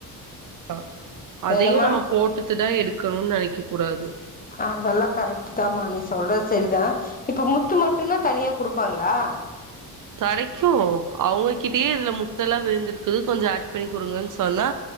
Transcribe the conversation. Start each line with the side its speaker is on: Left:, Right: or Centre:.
Right: தா அதையு
Left: என்னம்மா
Right: நம்ம போட்டுட்டுதா எடுக்கனுன்னு நெனைக்க கூடாது
Left: அதெல்லா கரெக்ட்டு தாமா நீ சொல்றது சரிதா இப்போ முத்து மட்டுன்னா தனியா குடுப்பாங்களா
Right: கடைக்கு அவுங்ககிட்டயே இதுல முத்தெல்லா விழுந்திருக்குது கொஞ்சோ ஆட் பண்ணி குடுங்கன் சொன்னா